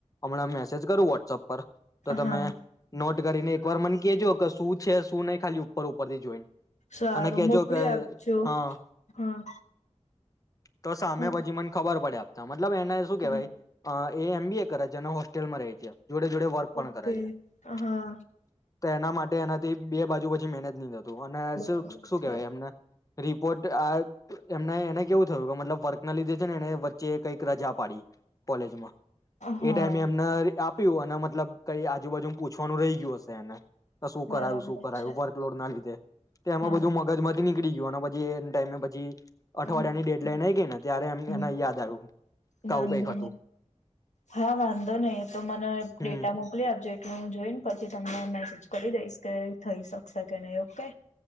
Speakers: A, on the left; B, on the left.
A: હમણાં મેસેજ કરું વોટ્સઅપ પર
B: હા
A: તો તમે
B: હા
A: નોટ કરી ને એક વાર મન કજો કે શું છે શું નહી ખાલી ઉપર ઉપર થી જોઈને
B: સારું
A: અને કેજો
B: મોકલી
A: કે
B: આપજો
A: હા
B: હા
A: તો સામે
B: હું
A: પછી મને ખબર પડે આપ તમામ મતલબ એને શું કેવાય
B: હા
A: એ એમ બી એ કરે છે ને હોસ્ટેલમાં રહે છે જોડે જોડે વર્ક પણ
B: ઓકે
A: કરાય છે,
B: હા
A: તો એના માટે એનાથી બે બાજુ પછી મેનેજ ની અને
B: બરાબર
A: શ શું
B: છે
A: કેવાય એમને રિપોર્ટ આ એમને એને કેવું થયું કે મતલબ વર્ક ના લીધે છે ને એને વચ્ચે કઈક રજા પાડી કોલેજમાં
B: હા
A: એ ટાઈમે એમના એવોને મતલબ કઈ આજુબાજુમ પૂછવાનું રહી ગયું હશે એને તો શું
B: બરાબર
A: કરાયું શું કરાયું
B: છે
A: વર્કલોડ ના લીધે તે એમાં
B: હા
A: બધું મગજ મજ નીકળી ગયો અને પછી એન્ડ ટાઈમે પછી અઠવાડિયા
B: હમ
A: ની ડેટ
B: હમ
A: લઈને આ ગઈ ને ત્યારે એમ
B: હમ
A: એને યાદ આવ્યું ક
B: વાંધો
A: આવું કઈ
B: હા વાંધો નહીિ તો મને
A: હમ
B: ડેટા મોકલી આપજો એટલું હું જોઈને પછ તમમેને મેસેજ કરી દઈશ કે થઈ શકશે કે નહી ઓકે